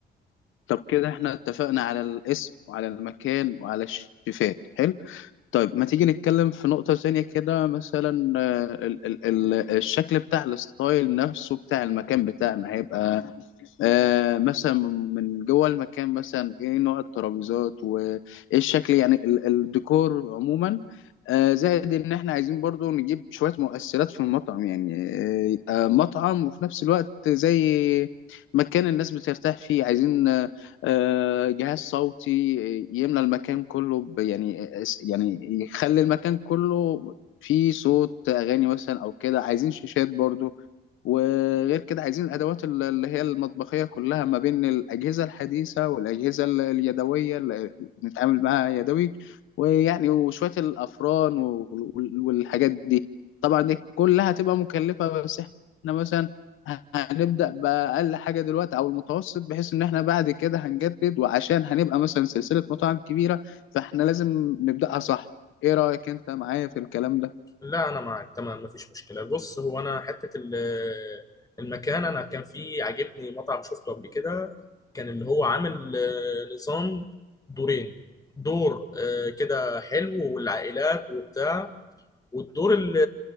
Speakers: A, on the left; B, on the left.
A: طب كده احنا اتفقنا على الاسم وعلى المكان وعلى الشيفات حلو طيب ما تيجي نتكلم في نقطة ثانية كده مثلا آه، ال ال ال الشكل بتاع الستايل نفسه بتاع المكان بتاعنا هيبقى آه مثلا من جوه المكان مثلا ايه نوع الترابيزات وايه الشكل يعني ال- الديكور عموما آه زائد ان احنا عايزين برضو نجيب شوية مؤثرات في المطعم يعني آه يبقى مطعم وفي نفس الوقت زي مكان الناس بترتاح فيه عايزين آه آه، جهاز صوتي يملى المكان كله ب- يعني يعني يخلي المكان كله فيه صوت اغاني مثلا او كده عايزين شاشات برضو وغير كده عايزين الادوات ال- اللي هي المطبخيه كلها ما بين الاجهزه الحديثه والاجهزه ال- اليدويه اللي بنتعامل معاها يدوي ويعني وشويه الافران وال- وال- والحاجات دي طبعا دي كلها هتبقى مكلفه بس احنا مثلا هنبدا باقل حاجه دلوقتي او المتوسط بحيث ان احنا بعد كده هنجدد وعشان هنبقى مثلا سلسله مطاعم كبيره فاحنا لازم نبداها صح ايه رايك انت معايا في الكلام
B: لا أنا معاك تمام مفيش مشكلة بص هو أنا حتة ال- المكان أنا كان في عاجبني مطعم شفته قبل كده كان اللي هو عامل آه، نظام دورين دور آه، كده حلو والعائلات وبتاع والدور اللي